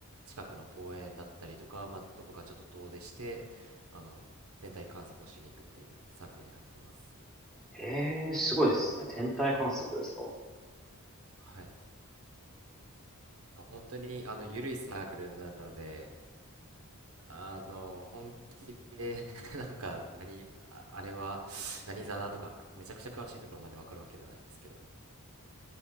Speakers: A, on the right; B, in the centre.
A: 近くの公園だったりとか、まあ、どこかちょっと遠出して、あの、天体観測をしに行くっていうサークルに入っています。
B: ええー、すごいですね。天体観測ですか
A: はい。なんか本当にあの緩いサークルなので、あの本気で <laughs> なんか何、ああれは何座だとかくめちゃくちゃ詳しいところまでわかるわけではないんですけど、